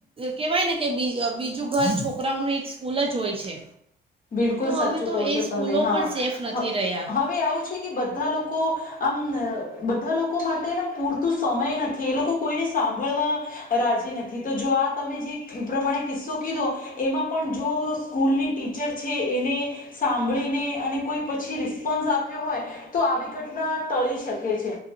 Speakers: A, on the right; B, on the left.
A: કેહેવાય ને કે બીજું ઘર છોકરાઓનું એક ફૂલ જ હોય છે.
B: બિલકુલ
A: તો
B: સાચું
A: હવે તો
B: કહો
A: એ
B: છો
A: સ્કૂલો
B: તમે હા,
A: પણ સેફ નથી રહ્યા
B: હવે આવું છે. કે બધા લોકો આમ, બધા લોકો માટે પૂરતું સમય નથી. એ લોકો કોઈને સાંભળવા રાજી નથી તો જો આ તમે જે પ્રમાણે કિસ્સો કીધો, એમાં પણ જો સ્કૂલની ટ ટીચર છે એને સાંભળીને અને કોઈ પછી રિસ્પોન્સ આપ્યો હોય, તો આવી ઘટના ટળી શકે છે.